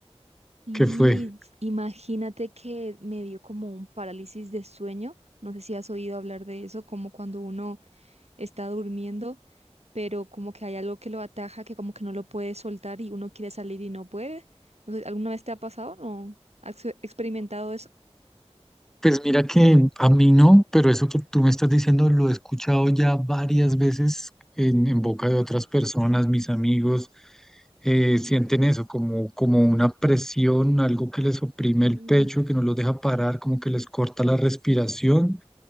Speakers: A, on the right (about 75°); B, in the centre.
A: Y
B: qué fue.
A: imagínate que me dio como un parálisis de sueño. No sé si has oído hablar de eso, como cuando uno está durmiendo, pero como que hay algo que lo ataja, que como que no lo puede soltar y uno quiere salir y no puede. No sé, ¿alguna vez te ha pasado? ¿No? ¿Has e- experimentado eso?
B: Pues mira que a mí no, pero eso que tú me estás diciendo lo he escuchado ya varias veces en, en boca de otras personas, mis amigos eh, sienten eso como, como una presión, algo que les oprime
A: Sí,
B: el pecho, que no los deja parar, como que les corta la respiración